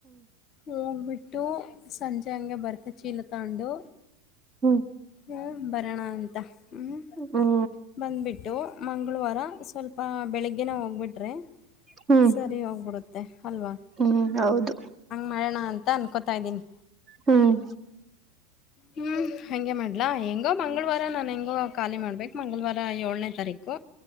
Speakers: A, on the left (about 35°); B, on the right (about 20°).
A: ಹೋಗ್ಬಿಟ್ಟು ಸಂಜೆ ಹಂಗೆ ಬರ್ತ ಚೀಲ ತಗೊಂಡು
B: ಹ್ಮ್
A: ಹ್ಮ್ ಬರಣ ಅಂತ ಹ್ಮ್
B: ಹ್ಮ
A: ಬಂದ್ಬಿಟ್ಟು ಮಂಗಳವಾರ ಸ್ವಲ್ಪ ಬೆಳಿಗ್ಗೆನೆ ಹೋಗ್ಬಿಟ್ರಿ
B: ಹ್ಮ್
A: ಸರಿ ಹೋಗ್ಬಿಡುತ್ತೆ ಅಲ್ವಾ
B: ಹ್ಮ್ ಹೌದು
A: ಮಾಡಣ ಅಂತ ಅನ್ಕೋತಾ ಇದ್ದೀನಿ.
B: ಹ್ಮ್.
A: ಹ್ಮ್. ಹಂಗೆ ಮಾಡ್ಲಾ ಹೆಂಗೋ ಮಂಗಳವಾರ ನಾನು ಹೆಂಗೋ ಖಾಲಿ ಮಾಡ್ಬೇಕು ಮಂಗಳವಾರ ಏಳನೇ ತಾರೀಕು